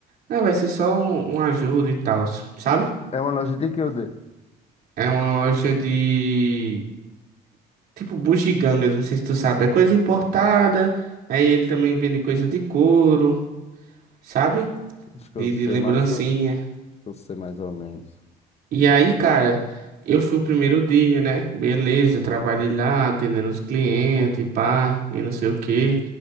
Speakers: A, on the right (about 65°); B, on the left (about 40°).
A: ah, vai ser só um, um ajuda e tal, sabe?
B: É uma loja de que eu dei?
A: É uma loja de tipo bugigangas, não sei se tu sabe, é coisa importada. Aí ele também vende coisa de couro, sabe?
B: Acho
A: De,
B: que eu sei
A: de lembrancinha.
B: mais ou, acho que eu sei mais ou menos.
A: E aí, cara, eu fui o primeiro dia, né? Beleza, trabalhei lá, atendendo os clientes, e pá, e não sei o quê.